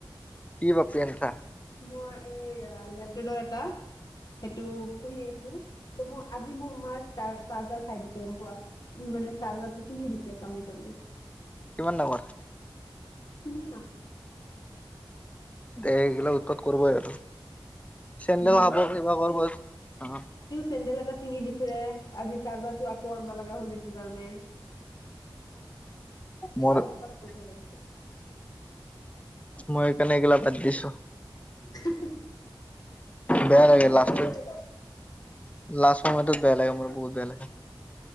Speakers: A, on the left; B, on the left.
A: কি পাপি আনিছা
B: মই এই লেব্ৰেডৰ এটা সেইটো পুহি আছো ত মই আজি মোৰ মাৰ চাৰ্জাৰ খাই দিছে গম পোৱা মোৰ মানে চাৰবাৰ তু ছিঙি দিছে কামৰি কামৰি
A: কিমান ডাঙৰ
B: তিনি মাহ
A: এই গিলা উৎপাত কৰিবই আৰু
B: মাহ
A: চেন খাব কিবা কৰিব অ
B: চেন্দেল এটা ছিঙি দিছে আজি চাৰ্জাৰটো আকৌ আনিব লগা হ'ল সেইটো কাৰণে বেয়া
A: মোৰ
B: উৎপাত কৰি থাকে
A: মই সেইকাৰণে এইগিলা বাদ দিছো
B: হী হী আপোনাৰ
A: বেয়া
B: আছিল
A: লাগে
B: নেকি
A: লাষ্টত
B: আগতে
A: লাষ্ট সময়টোত বেয়া লাগে মোৰ বহুত বেয়া লাগে